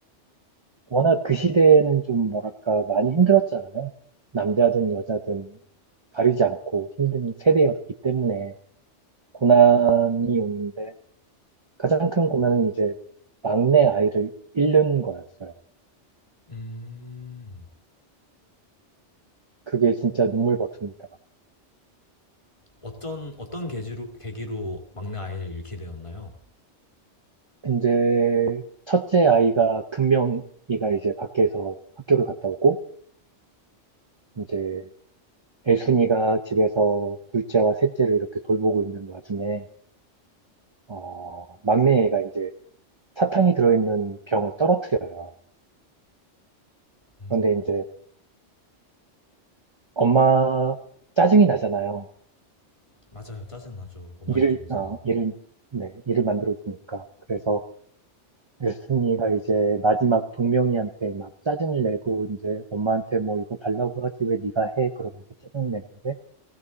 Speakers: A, on the right; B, on the left.
A: 워낙 그 시대에는 좀 뭐랄까 많이 힘들었잖아요. 남자든 여자든 가리지 않고 힘든 세대였기 때문에 고난이 오는데 가장 큰 고난은 이제 막내 아이를 잃는 거였어요.
B: 음.
A: 그게 진짜 눈물 버튼이더라고요.
B: 어떤, 어떤 계기로, 계기로 막내 아이를 잃게 되었나요?
A: 이제 첫째 아이가 금명이가 이제 밖에서 학교를 갔다 오고 이제 애순이가 집에서 둘째와 셋째를 이렇게 돌보고 있는 와중에 어, 막내 애가 이제 사탕이 들어있는 병을 떨어뜨려요.
B: 음.
A: 그런데 이제 엄마 짜증이 나잖아요.
B: 맞아요. 짜증나죠. 엄마
A: 일을,
B: 입장에서는.
A: 어, 일을, 네, 일을 만들어주니까. 그래서 에스니가 이제 마지막 동명이한테 막 짜증을 내고 이제 엄마한테 뭐 이거 달라고 하지 왜 네가 해? 그러면서 짜증을 내는데